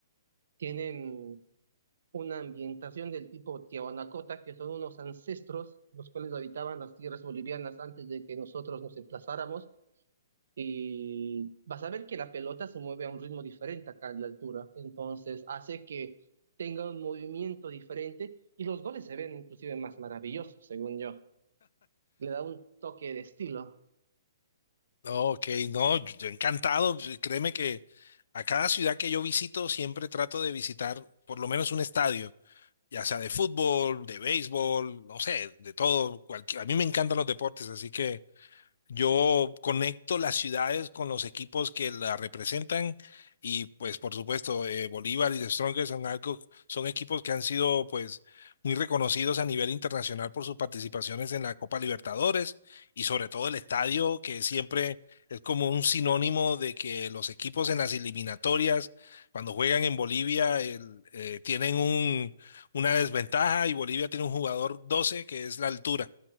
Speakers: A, on the right; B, on the left.
A: tienen una ambientación del tipo Tiahuanacota, que son unos ancestros los cuales habitaban las tierras bolivianas antes de que nosotros nos emplazáramos y vas a ver que la pelota se mueve a un ritmo diferente acá en la altura. Entonces hace que tenga un movimiento diferente y los goles se ven inclusive más maravillosos, según yo. Le da un toque de estilo.
B: No, Ok, no, yo yo encantado. Créeme que a cada ciudad que yo visito siempre trato de visitar por lo menos un estadio. ya sea de fútbol, de béisbol, no sé, de todo. cualquier- a mí me encantan los deportes, así que yo conecto las ciudades con los equipos que la representan y pues por supuesto eh, Bolívar y The Strongest son algo, son equipos que han sido pues muy reconocidos a nivel internacional por sus participaciones en la Copa Libertadores y sobre todo el estadio que siempre es como un sinónimo de que los equipos en las eliminatorias cuando juegan en Bolivia el- eh, tienen un, una desventaja y Bolivia tiene un jugador 12 que es la altura